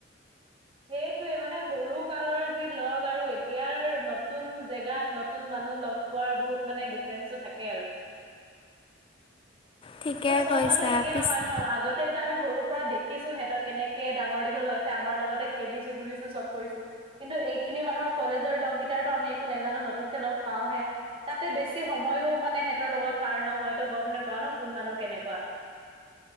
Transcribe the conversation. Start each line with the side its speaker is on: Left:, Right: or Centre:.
Right: সেইটোয়ে মানে সৰু কালৰ যি লগ আৰু এতিয়াৰ নতুন। জেগাত নতুন মানুহ লগ পোৱাৰ বহুত মানে ডিফাৰেঞ্চো থাকে আৰু
Left: ঠিকে
Right: চব
Left: কৈছা
Right: মানুহ একে
Left: পিছে
Right: নহয় ন আগত। তেহেতক আমি সৰুৰ পৰাই দেখিছো সিহঁত কেনেকে ডাঙৰ দীঘল হৈছে আমাৰ লগতে। খেদিছো গুৰিছো চব কৰিছো। কিন্তু এইখিনি মানুহৰ কলেজৰ লগকেইটাৰতো আমি একো নাজানো নতুনকে লগ পাওঁহে। তাতে বেছি সময়ো মানে সিহঁতৰ লগত পাৰ নহয় তো গ'ম নেপাওঁ ন কোন মানুহ কেনেকুৱা।